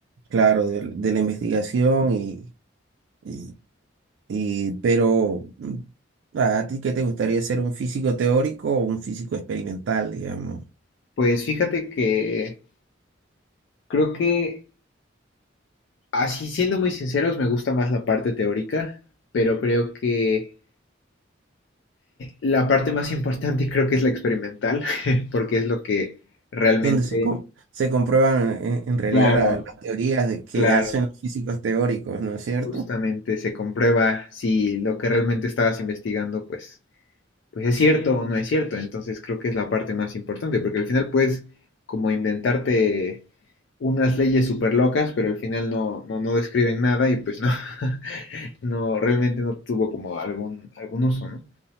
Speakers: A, on the right; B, on the left.
A: claro, de, de la investigación y, y, y- pero mm, ¿a ti qué te gustaría ser un físico teórico o un físico experimental, digamos?
B: Pues fíjate que creo que, así siendo muy sinceros, me gusta más la parte teórica, pero creo que la parte más importante creo que es la experimental, <laughs> porque es lo que realmente,
A: donde se, com- se comprueban en, en realidad
B: claro,
A: la- las teorías de que
B: claro,
A: hacen los físicos teóricos, ¿no es cierto?
B: justamente se comprueba si lo que realmente estabas investigando, pues, pues es cierto o no es cierto. Entonces creo que es la parte más importante, porque al final puedes como inventarte unas leyes súper locas, pero al final no, no, no describen nada y pues no. <laughs> no, realmente no tuvo como algún, algún uso, ¿no?